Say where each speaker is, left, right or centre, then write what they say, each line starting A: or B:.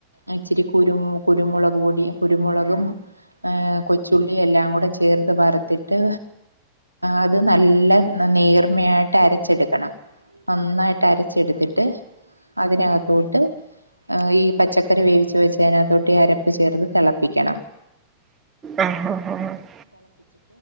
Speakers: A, on the right (about 85°); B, on the right (about 20°).
A: ഇച്ചിരി കുരു കുരുമൊളക് പൊടി കുരുമൊളകും ആഹ് - കൊച്ചുള്ളി എല്ലാം കൂടെ ചേർത്ത് വറുത്തിട്ട് അത് നല്ല- നേർമയായിട്ട് അരച്ചെടുക്കണം നന്നായിട്ട് അരച്ചെടുത്തിട്ട് അതിനകത്തോട്ട് ആഹ് ഈ പച്ച ച്ചക്കറി വേവിച്ച് വെച്ചതിനാത്തോട്ട് ഈ അരപ്പ് ചേർത്ത് തെളപ്പിക്കണം
B: ആഹ് ആഹ് ആഹ് <inaudible>